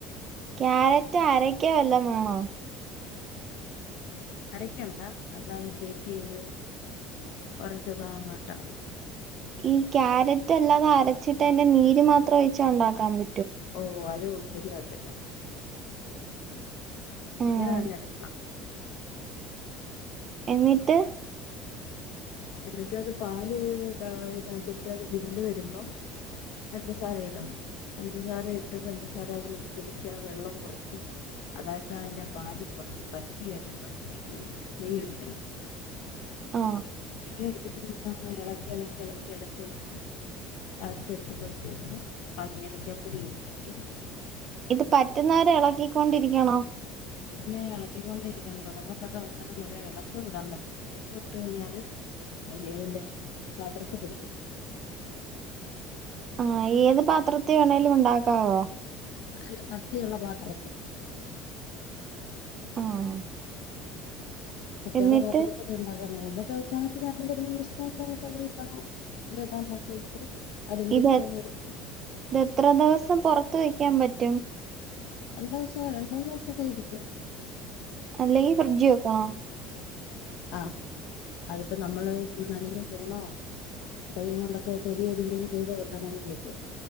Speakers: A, on the right; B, on the left.
A: ക്യാരറ്റ് അരക്ക വല്ല വേണോ?
B: അരക്കണ്ട അല്ലാതെ ഗ്രേറ്റ് ചെയ്ത് കുറച്ചതങ്ങിട്ടാൽ മതി.
A: ഈ ക്യാരറ്റ് അല്ലാതെ അരച്ചിട്ട് എന്റെ നീര് മാത്രം ഒഴിച്ചാ ഉണ്ടാക്കാൻ പ
B: ഓ അത് ശരിയാകത്തില്ല.
A: ആഹ്
B: ഇങ്ങനെ തന്നെ എടുക്കണം
A: എന്നിട്ട്
B: എന്നിട്ട് അത് പാല് ഇതിനകത്തിട്ട് അത് വെന്ത് വരുമ്പം പഞ്ചസാര ഇടണം പഞ്ചസാര ഇട്ട് പഞ്ചസാര അതിനകത്ത് പിടിച്ച് ആ വെള്ളം കുറച്ച് അതായത് അതിന്റെ പാല് കുറച്ച് പറ്റി വരുമ്പോത്തേക്കനെ നെയ് ഒഴിക്കണം.
A: ആ
B: ഇലക്കി ഇലക്കി ഇലക്കി ഇളക്കി ഇലക്കി ലാസ് എത്ത പത്തേക്കന പങ്ങി ഇലക്കിയ പൊടി വിട്ടട്ട്
A: ഇത് പറ്റുന്നവരെ ഇളക്കിക്കൊണ്ടിരിക്കണോ?
B: പിന്നെ ഇളക്കിക്കൊണ്ടിരിക്കണം തുടക്കം തൊട്ടവസാനം വരെ ഇളക്ക് വിടാൻ പറ്റില്ല ഇളക്ക് വിട്ട് കഴിഞ്ഞാല് അവിടെയതിന്റെ പാത്രത്തി പിടിക്കും.
A: ആ ഏത് പാത്രത്തി വേണേലും ഉണ്ടാക്കാവോ?
B: അല്ല കട്ടിയുള്ള പാത്രത്തി
A: ആഹ്
B: കട്ടിയുള്ള
A: എന്നിട്ട്
B: പാത്രത്തിലുണ്ടാക്കാൻ <unintelligible> ടട്ട് അവസാനം ഇച്ചിരി അണ്ടിപരിപ്പും പിസ്താ ഓക്കെ <unintelligible> ഇടണം, ബെദാമൊക്കെ ഇട്ട് അലങ്കരിച്ചൊക്കെ
A: ഇത് ഇത്
B: ഇടണം
A: എത്ര ദിവസം പുറത്ത വെ ക്കാൻ പറ്റും
B: രണ്ട് ദിവസം രണ്ട് മൂന്ന് ദിവസൊക്കെയിരിക്കും.
A: അല്ലെങ്കി ഫ്രിഡ്ജി വെക്കണോ?
B: ആഹ് അതിപ്പോ നമ്മള് നനഞ്ഞ സ്പൂണോ കൈ കൊണ്ടൊക്കെ തൊടിയട ചെയ്താ പെട്ടെന്നങ്ങ് ചീത്തയാകും